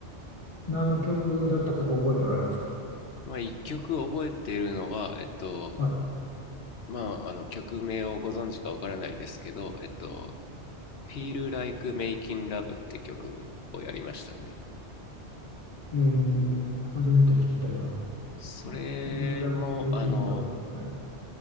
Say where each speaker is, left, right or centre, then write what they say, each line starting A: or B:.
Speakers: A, on the left; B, on the left.
A: 何の曲だったか覚えておられますか
B: まあ、一曲覚えてるのは、えっと、
A: はい。
B: まあ、あの、曲名をご存知かわからないですけど、えっと、Feel Like Making Love って曲をやりましたね。
A: えー初めて聞いたような
B: うん、それも、
A: feel like making
B: あの、
A: love. はい。